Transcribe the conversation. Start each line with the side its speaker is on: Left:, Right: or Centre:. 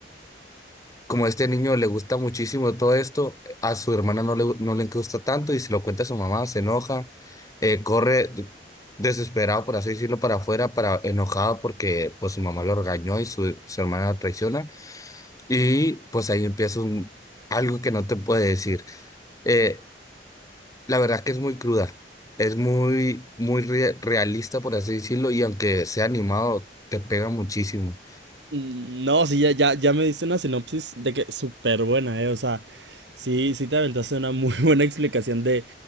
Left: como a este niño le gusta muchísimo todo esto, a su hermana no le, no le gusta tanto y se lo cuenta a su mamá, se enoja, eh, corre de- desesperado, por así decirlo, para afuera, para enojado porque pues su mamá lo regañó y su, su hermana lo traiciona y pues ahí empieza un, algo que no te puede decir. Eh, la verdad que es muy cruda, es muy, muy re- realista, por así decirlo, y aunque sea animado, te pega muchísimo.
Right: Mm, No, sí, ya, ya, ya me diste una sinopsis de que súper buena, ¿eh? O sea, sí, sí te aventaste una muy <laughs> buena explicación de,